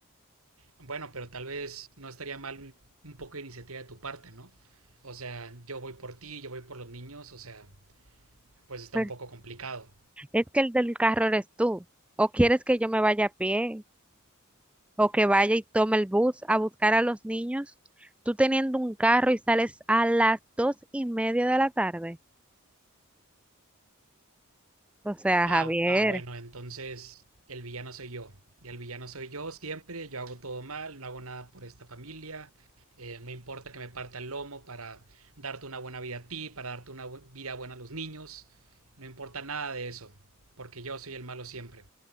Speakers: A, on the right (about 75°); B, in the centre.
A: Bueno, pero tal vez no estaría mal un poco de iniciativa de tu parte, ¿no? O sea, yo voy por ti, yo voy por los niños, o sea, pues está
B: Pero
A: un poco complicado.
B: es que el del carro eres tú. O quieres que yo me vaya a pie o que vaya y tome el bus a buscar a los niños. Tú teniendo un carro y sales a las dos y media de la tarde. O sea,
A: Ah,
B: Javier.
A: ah, bueno, entonces el villano soy yo. Y el villano soy yo siempre, yo hago todo mal, no hago nada por esta familia, eh, me importa que me parta el lomo para darte una buena vida a ti, para darte una bu- vida buena a los niños, no importa nada de eso, porque yo soy el malo siempre.